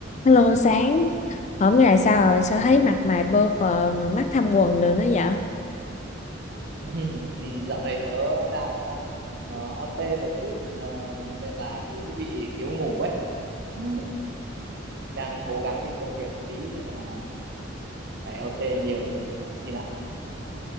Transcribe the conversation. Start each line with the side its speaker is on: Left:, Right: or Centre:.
Left: Hello sáng hôm nay sao rồi sao thấy mặt mày bơ phờ mà mắt thâm quầng được nữa vậy
Right: <laughs> Ừ, dạo này tớ đang ờ, ờ, OT một chút ờ, nên là cứ bị thiếu ngủ ấy. Ừ, đang cố gắng vì công việc tí nên là phải OT nhiều thôi ờ, xin ạ.